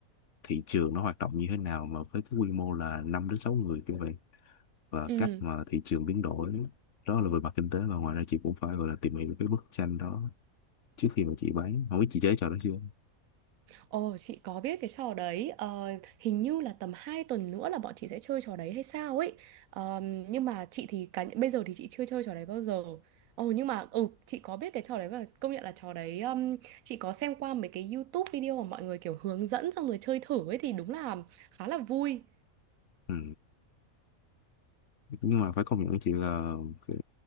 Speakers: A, on the left; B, on the right.
A: thị trường nó hoạt động như thế nào mà với cái quy mô là 5 đến 6 người kiểu vậy và
B: ừ.
A: cách mà thị trường biến đổi đó là về mặt kinh tế và ngoài ra chị cũng phải gọi là tìm hiểu cái bức tranh đó trước khi mà chị bán không biết chị chế trò đó chưa
B: Ồ, chị có biết cái trò đấy. Ờ, hình như là tầm 2 tuần nữa là bọn chị sẽ chơi trò đấy hay sao ấy. Ờ, nhưng mà chị thì cá bây giờ thì chị chưa chơi trò đấy bao giờ. Ồ, nhưng mà ừ, chị có biết cái trò đấy và công nhận là trò đấy um, chị có xem qua mấy cái YouTube video mà mọi người kiểu hướng dẫn xong rồi chơi thử ấy thì đúng là khá là vui.
A: ừ. nhưng mà phải công nhận với chị là kiểu,